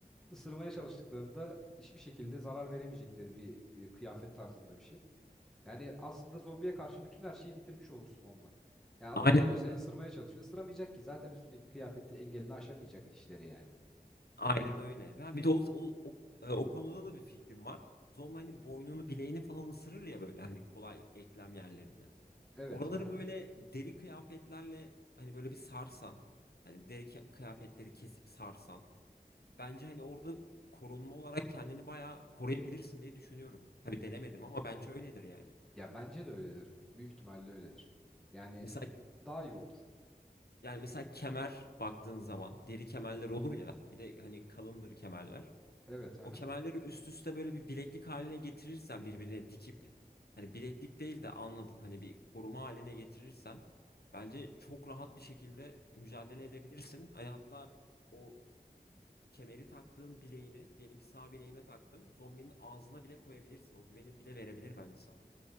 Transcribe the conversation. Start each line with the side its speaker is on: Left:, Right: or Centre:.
Centre: Isırmaya çalıştıklarında hiçbir şekilde zarar veremeyecekleri bir e, kıyafet tarzında bir şey. Yani aslında zombiye karşı bütün her şeyi bitirmiş olursun onunla. Yani adam
Left: Aynen
Centre: geliyor
Left: öyle.
Centre: seni ısırmaya çalışıyor. Isıramayacak ki zaten üstündeki kıyafeti engelini aşamayacak dişleri yani.
Left: Aynen öyle. Ben bir de o, o, o, e, o konuda da bir fikrim var. Zombi hani boynunu bileğini falan ısırır ya böyle hani kolay eklem yerlerini.
Centre: Evet.
Left: Oraları
Centre: Aha.
Left: böyle deri kıyafetlerle hani böyle bir sarsan, hani deri kı- kıyafetleri kesip sarsan, bence hani orada korunma olarak kendini bayağı koruyabilirsin diye düşünüyorum. Tabii denemedim ama bence öyledir yani.
Centre: Ya bence de öyledir. Büyük ihtimalle öyledir. Yani
Left: Mesela
Centre: daha iyi olur.
Left: yani mesela kemer baktığın zaman deri kemerler olur ya, bir de hani kalındır kemerler.
Centre: Evet. Aha.
Left: O kemerleri üst üste böyle bir bileklik haline getirirsen birbirine dikip hani bileklik değil de anladın hani bir koruma haline getirirsen bence çok rahat bir şekilde mücadele edebilirsin. Hani hatta o kemeri taktığın bileğini diyelim ki sağ bileğime taktım zombinin ağzına bile koyabilirsin. O güveni bile verebilir bence sana.